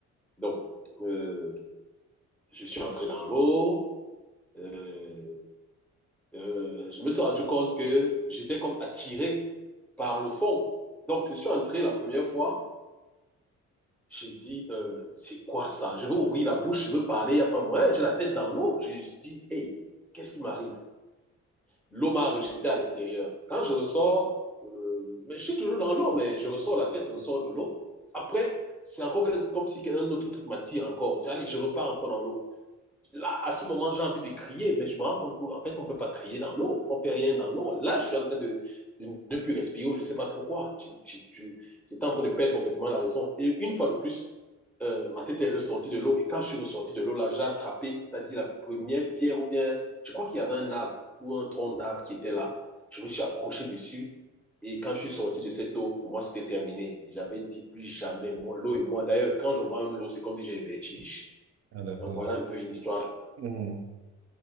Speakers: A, in the centre; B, on the right.
A: Donc, euh, je suis entré dans l'eau. Euh, euh, je me suis rendu compte que j'étais comme attiré par le fond. Donc, je suis entré la première fois. J'ai dit, euh, c'est quoi ça? Je veux ouvrir la bouche, je veux parler, il n'y a pas moyen. J'ai la tête dans l'eau. Je, je dis, hey, qu'est-ce qui m'arrive? l'eau m'a rejeté à l'extérieur. Quand je ressors, euh, mais je suis toujours dans l'eau, mais je ressors la tête, je ressors de l'eau. Après, c'est encore comme si un autre truc m'attire encore. J'allais, je repars encore dans l'eau. Là, à ce moment, j'ai envie de crier, mais je me rends compte qu'en fait, on ne peut pas crier dans l'eau. On ne peut rien dans l'eau. Là, je suis en train de, de ne plus respirer, je ne sais pas trop quoi. J'étais en train de perdre complètement la raison. Et une fois de plus, euh, ma tête est ressortie de l'eau. Et quand je suis ressorti de l'eau, là, j'ai attrapé, c'est-à-dire la première pierre ou bien, je crois qu'il y avait un arbre ou un tronc d'arbre qui était là. Je me suis accroché dessus. Et quand je suis sorti de cette eau, pour moi, c'était terminé. J'avais dit plus jamais, moi, l'eau et moi. D'ailleurs, quand je vois même l'eau, c'est comme si j'avais des vertiges.
B: Ah, d'accord.
A: Donc voilà un peu une histoire
B: Mhm.